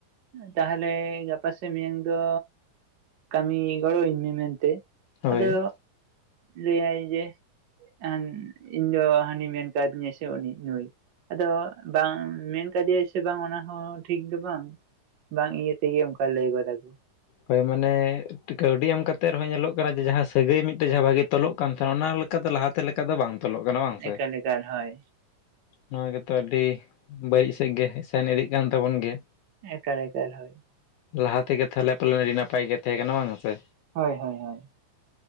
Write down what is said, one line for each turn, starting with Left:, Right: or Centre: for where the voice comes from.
Right: ᱛᱟᱦᱚᱞᱮ ᱜᱟᱯᱟ ᱥᱮ ᱢᱮᱭᱟᱝ ᱫᱚ ᱠᱟᱹᱢᱤ ᱜᱚᱲᱚ ᱟᱹᱧ ᱢᱮ ᱢᱮᱱᱛᱮ
Left: ᱦᱳᱭ
Right: ᱟᱫᱚ ᱞᱟᱹᱭᱟᱭ ᱡᱮ <unintelligible> ᱤᱧ ᱫᱚ ᱦᱟᱹᱱᱤ ᱢᱮᱱ ᱠᱟᱣᱫᱤᱧᱟ ᱥᱮ ᱩᱱᱤ ᱱᱩᱭ ᱟᱫᱚ ᱵᱟᱝ ᱢᱮᱱ ᱠᱟᱫᱮᱭᱟ ᱥᱮ ᱵᱟᱝ ᱚᱱᱟ ᱦᱚᱸ ᱴᱷᱤᱠ ᱫᱚ ᱵᱟᱝ ᱵᱟᱝ ᱤᱭᱟᱹ ᱛᱮᱜᱮ ᱚᱱᱠᱟ ᱞᱟᱹᱭ ᱜᱚᱫᱟ ᱠᱚ
Left: ᱦᱚᱭ ᱢᱟᱱᱮ, ᱠᱟᱹᱣᱰᱤ ᱮᱢ ᱠᱟᱛᱮᱜ ᱨᱮᱦᱚᱸ ᱧᱮᱞᱚᱜ ᱠᱟᱱᱟ ᱡᱮ ᱡᱟᱦᱟᱸ ᱥᱟᱹᱜᱟᱹᱭ ᱢᱤᱫᱴᱮᱡ ᱡᱟᱦᱟᱸ ᱵᱷᱟᱜᱤ ᱛᱚᱞᱚᱜ ᱠᱟᱱ ᱛᱟᱦᱮᱱᱟ ᱚᱱᱟ ᱞᱮᱠᱟᱛᱮ ᱞᱟᱦᱟ, ᱛᱮ ᱞᱮᱠᱟ ᱫᱚ ᱵᱟᱝ ᱛᱚᱞᱚᱜ ᱠᱟᱱᱟ ᱵᱟᱝ ᱥᱮ᱾
Right: ᱮᱠᱟᱞ ᱮᱠᱟᱞ ᱦᱳᱭ
Left: ᱱᱚᱣᱟ ᱜᱮᱛᱚ ᱟᱹᱰᱤ ᱵᱟᱹᱲᱤᱡ ᱥᱮᱜᱮ ᱥᱮᱱ ᱤᱫᱤᱜ ᱠᱟᱱ ᱛᱟᱵᱚᱱ ᱜᱮᱭᱟ᱾
Right: ᱮᱠᱟᱞ ᱮᱠᱟᱞ ᱦᱚᱭ᱾
Left: ᱞᱟᱦᱟ ᱛᱮᱜᱮ ᱛᱟᱦᱚᱞᱮ ᱯᱟᱞᱮᱱ ᱟᱹᱰᱤ ᱱᱟᱯᱟᱭ ᱜᱮ ᱛᱟᱦᱮᱸ ᱠᱟᱱᱟ ᱵᱟᱝ ᱥᱮ,
Right: ᱦᱳᱭ ᱦᱳᱭ ᱦᱳᱭ᱾